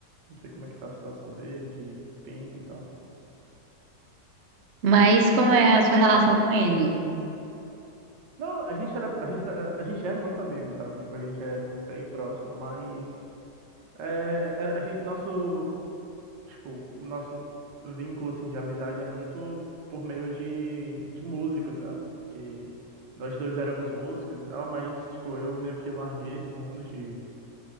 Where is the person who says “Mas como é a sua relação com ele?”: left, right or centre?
Right